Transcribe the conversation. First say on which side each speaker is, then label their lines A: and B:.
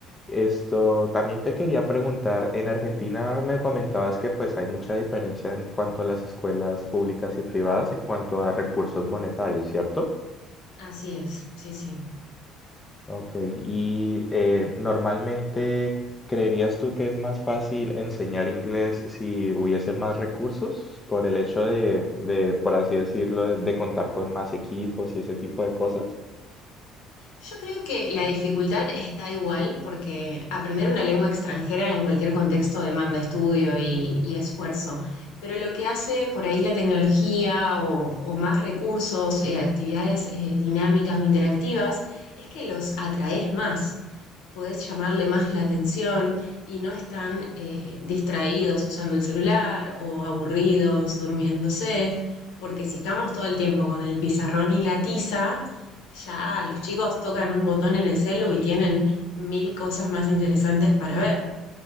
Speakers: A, on the left (about 20°); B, on the left (about 80°).
A: Esto también te quería preguntar, en Argentina me comentabas que pues hay mucha diferencia en cuanto a las escuelas públicas y privadas en cuanto a recursos monetarios, ¿cierto?
B: Así es, sí, sí.
A: Ok, y eh, normalmente, ¿creerías tú que es más fácil enseñar inglés si hubiese más recursos por el hecho de, de, por así decirlo, de, de contar con más equipos y ese tipo de cosas?
B: Yo creo que la dificultad está igual porque aprender una lengua extranjera en cualquier contexto demanda estudio y, y esfuerzo, pero lo que hace por ahí la tecnología o, o más recursos, eh, actividades eh, dinámicas o interactivas, es que los atraes más. podés llamarle más la atención y no están eh, distraídos usando el celular o aburridos durmiéndose, porque si estamos todo el tiempo con el pizarrón y la tiza, ya los chicos tocan un botón en el celu y tienen mil cosas más interesantes para ver.